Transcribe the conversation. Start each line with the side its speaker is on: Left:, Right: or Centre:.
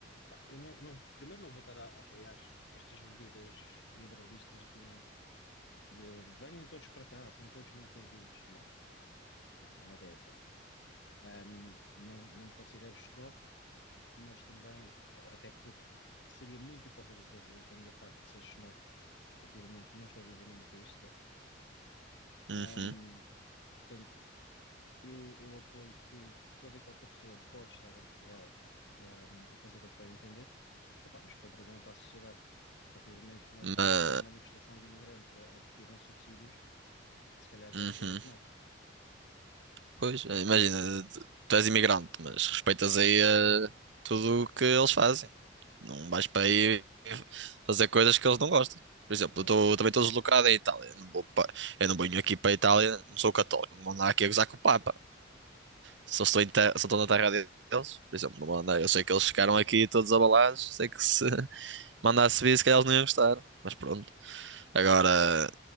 Left: pá, eu não, não- primeiro não vou estar a, a apoiar estas medidas liberalistas de, de venham todos para cá, são todos muito bem-vindos. Não, não, não é bem assim. Um, não, não me considero xenófobo, mas também, eh, até porque seria muito hipócrita da, da minha parte ser xenófobo, a partir do momento que não estou a viver no meu país sequer.
Right: Uhum.
Left: Ahm, portanto, eu, eu apoio que toda e qualquer pessoa pode estar em Portugal, ahm, a fazer o que bem entender, Epá, mas contribuam para a sociedade. A partir do momento que nós
Right: Mas,
Left: temos uma manifestação de imigrantes a, a pedirem subsídios, se calhar já
Right: uhum.
Left: é um bocadinho demais.
Right: Pois, é, imagina, tu és imigrante, mas respeitas aí eh, tudo o que eles fazem. Não
Left: Certo,
Right: vais para aí fazer coisas que eles não gostem. Por exemplo,
Left: claro.
Right: eu tô- também estou deslocado em Itália. Não vou pa- eu não venho aqui para a Itália, não sou católico, não vou andar aqui a gozar com o Papa. Só estou, em terra, só estou na terra deles, por exemplo, não mandei. Eu sei que eles ficaram aqui todos abalados, sei que se <laughs> mandasse vir, se calhar eles não iam gostar, mas pronto. Agora,